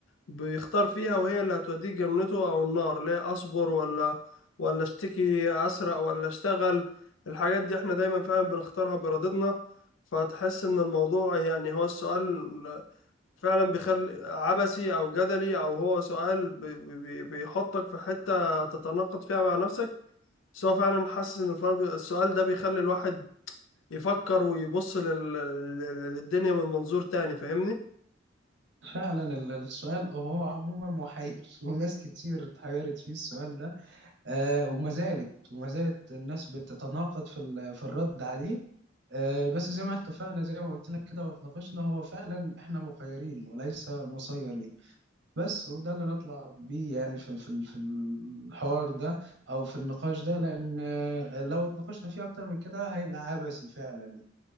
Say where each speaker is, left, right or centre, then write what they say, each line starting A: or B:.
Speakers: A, on the left (about 80°); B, on the right (about 60°).
A: بيختار فيها وهي اللي هتوديه جنته او النار ليه اصبر ولا ولا اشتكي اسرق ولا اشتغل الحاجات دي احنا دايما فعلا بنختارها بارادتنا فتحس ان الموضوع يعني هو السؤال فعلا بيخلي عبثي او جدلي او هو سؤال بي بي بيحطك في حتة تتناقض فيها مع نفسك بس هو فعلا حاسس ان الفرق بي- السؤال ده بيخلي الواحد يفكر ويبص لل... لل- للدنيا من منظور تاني فاهمني
B: فعلا ال- السؤال هو عموما محير <laughs> وناس كتير اتحيرت فيه السؤال ده آه وما زالت وما زالت الناس بتتناقض في ال- في الرد عليه آه، بس زي ما اتفقنا زي ما قلت لك كده واتناقشنا هو فعلا احنا مخيرين وليس مسيرين بس وده اللي نطلع بيه يعني في في في الحوار ده او في النقاش ده لان آه، لو اتناقشنا فيه اكتر من كده هيبقى عبثي فعلا <laughs>